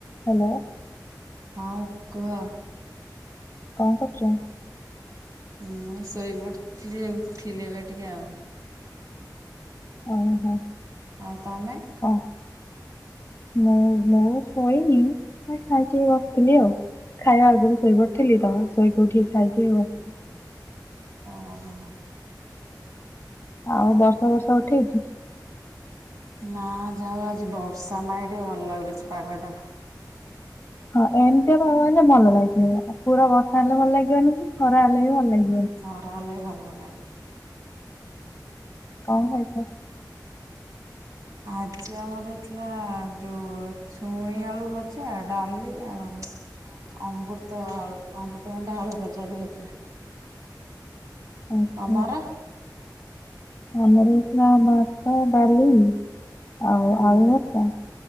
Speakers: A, on the left; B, on the right.
A: ହ୍ୟାଲୋ।
B: ହଁ କୁହ।
A: କଣ କରୁଛ?
B: ମୁଇଁ ଶୋଇ ପଡଥିଲି ଉଠିଲି ଏବେ ଟିକେ ଆଉ।
A: ଓହୋ।
B: ଆଉ ତମେ।
A: କଣ? ମୁଁ ଶୋଇନି ମୁଇଁ ଖାଇକି ବସିଥିଲି ଆଉ ଖାଇବା ଆଗରୁ ଶୋଇପଡିଥିଲି ତ ଶୋଇକି ଉଠିକି ଖାଇକି ବସିଥିଲି।
B: ଓହୋ।
A: ଆଉ ବର୍ଷା ଫାର୍ସ ଉଠେଇଛି?
B: ନା ଯାଉ ଆଜି ବର୍ଷା ନାହିଁ ଟିକେ ଭଲ ଲାଗୁଛି ପାଗ ଟା।
A: ହଁ ଏମିତିଆାନଲେ ଭଲ ଲାଗେ। ଆଉ ପୁରା ବର୍ଷା ହେଲେ ଭଲ ଲାଗିବନି କି? ଖରା ହେଲେ ବି ଭଲ ଲାଗିବ।
B: ଖରାହେଲେ ଭଲ <inaudible>
A: କଣ ଖାଇଛ?
B: ଆଜି ଆମର ହେଇଥିଲା ଯୋଉ ଛୁଇଁ ଆଳୁ ଭଜା, ଡାଲି ଆଉ ଅମୃତ ଆଳୁ ଅମୃତଭଣ୍ଡା ଆଳୁ ଭଜା ବି ହେଇଥିଲା।
A: ଆଚ୍ଛା।
B: ତମର?
A: ଆମର ହେଇଥିଲା ଭାତ, ଡାଲି ଆଉ
B: ହୁଁ।
A: ଆଳୁ ଭର୍ତା,